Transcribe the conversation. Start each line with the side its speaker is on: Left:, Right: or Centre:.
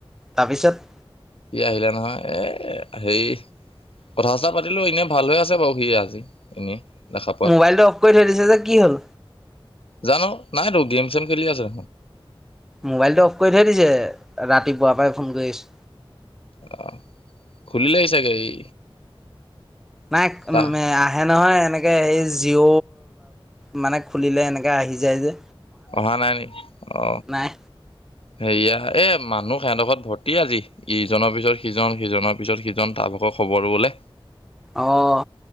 Centre: তাৰপিছত?
Left: সি আহিলে নহয় এ হেৰি কথা চথা পাতিলো এনে ভাল হৈ আছে বাৰু সি আজি এনেই দেখা পোৱাত।
Centre: মোবাইলটো অফ কৰি থৈ দিছে যে কি হ'ল
Left: জানো নাহতো গেম চেম খেলি আছে
Centre: মোবাইলটো অফ কৰি থৈ দিছে ৰাতিপুৱাৰ পৰাই ফোন কৰিছে
Left: আহ খুুলিলেই চাগে ই
Centre: নাই
Left: তা
Centre: উম আহে নহয় এনেকে সেই জিঅ' মানে খুলিলে এনেকে আহি যায় যে
Left: অহা নাই নি অ
Centre: নাই
Left: সেয়া এ মানুহ সিহঁতোখৰত ভৰ্তি আজি ইজনৰ পিছত সিজন সিজনৰ পিছত সিজন তাৰ ভকৰ খবৰ লবলে
Centre: অহ